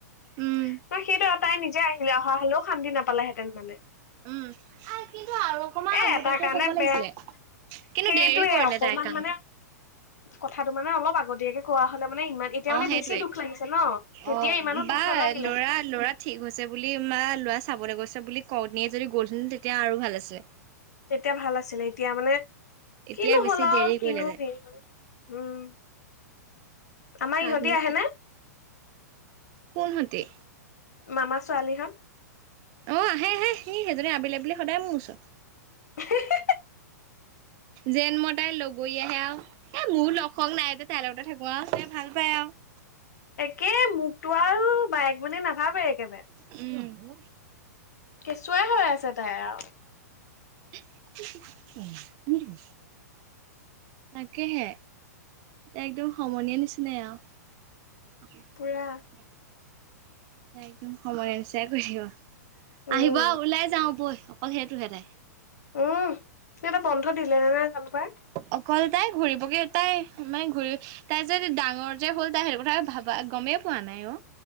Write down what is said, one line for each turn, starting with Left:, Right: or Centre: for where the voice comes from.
Right: উম
Left: তাই সেইটো এ তাই নিজে আহিলে, অহা হলেও শান্তি নাপালেহেঁতেন মানে।
Right: উম আৰু কিন্তু আৰু অকমান
Left: এ
Right: আগতিয়াকে
Left: এটা কাৰণে
Right: ক'ব
Left: বেয়া
Right: লাগিছিলে। কিন্তু
Left: সেইটোয়ে
Right: দেৰি কৰিলে
Left: অকমান
Right: তাই কামটো।
Left: মানে কথাটো মানে অলপ আগতীয়াকে কোৱা হলে মানে ইমান এই তিয়া
Right: অ
Left: মানে
Right: সেইটোৱে
Left: বেছি দুখ লাগিছে ন তেতিয়া
Right: অ
Left: ইমানো দুখ
Right: বা
Left: নালাগিলে।
Right: ল'ৰা ল'ৰা ঠিক হৈছে বুলি মা লৰা চাবলৈ গৈছে বুলি ক নিয়ে যদি গ'লচোন তেতিয়া আৰু ভাল আছে।
Left: তেতিয়া ভাল আছিলে এতিয়া মানে
Right: এতিয়া
Left: কিনো
Right: বেছি
Left: হ'ল আৰু
Right: দেৰি
Left: কিনো
Right: কৰিলে তাই
Left: কি হল। উম, আমাৰ
Right: কাকনো
Left: ইহঁতি আহেনে?
Right: কোনহটি?
Left: মামা ছোৱালী হত।
Right: অ', আহে আহে, সি সেইজনী আবেলি আবেলি সদায় মোৰ ওচৰত।
Left: হে হে।
Right: যেন মই তাইৰ লগৰিয়া হে আৰু। এ মোৰ লগ-হক নাই যে তাইৰ লগতে থাকো আৰু তাই ভাল পায় আৰু।
Left: একে মোক তো আৰু বায়েক বুলি নাভাবে একে
Right: উম।
Left: কেঁচুৱাই হৈ আছে তাই আৰু।
Right: <unintelligible> তাকেহে, একদম সমনীয়া নিচিনাই আৰু। একদম
Left: পুৰা
Right: সময়ৰ নিচাই কৰিব।
Left: উম
Right: আহিব আৰু ওলাই যাও বৈল, অকল সেইটোহে তাই।
Left: উমঁ, সিহঁতৰ বন্ধ দিলে নে নাই জানো পাই।
Right: অকল তাই ঘুৰিবগে তাই মানে ঘূৰি তাই যে ডাঙৰ যে হ'ল তাই সেইটো কথা ভাবা গমেই পোৱা নাই অ'।